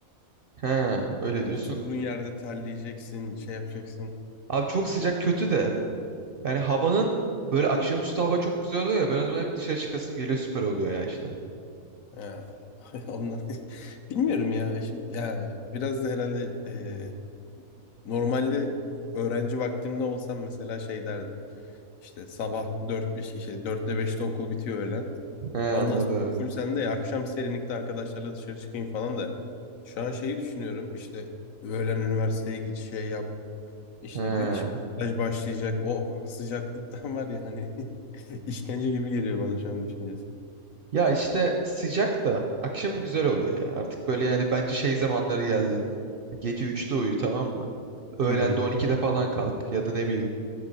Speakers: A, on the right; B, on the left.
A: Ha öyle diyorsun.
B: Oturduğun yerde terleyeceksin, şey yapacaksın.
A: Abi çok sıcak kötü de. Yani havanın böyle akşamüstü hava çok güzel oluyor ya. Ben o zaman hep dışarı çıkasım geliyor süper oluyor ya işte.
B: Ya, <laughs> ondan <laughs> bilmiyorum ya. Şimdi ya biraz da herhalde e, normalde öğrenci vaktimde olsam mesela şey derdim. İşte sabah dört beş işte 4'te 5'te okul bitiyor öğlen.
A: He anladım.
B: Ondan sonra full sende ya akşam serinlikte arkadaşlarla dışarı çıkayım falan da. Şu an şeyi düşünüyorum. İşte öğlen üniversiteye git şey yap. İşte
A: He.
B: bir iş- staj başlayacak. O sıcaklıktan var ya hani <laughs> işkence gibi geliyor bana şu an düşüncesi.
A: Ya işte sıcak da akşamı güzel oluyor ya. Artık böyle yani bence şey zamanları geldi. Gece üçte uyu tamam mı? Öğlende
B: Hı hı.
A: 12'de falan kalk ya da ne bileyim.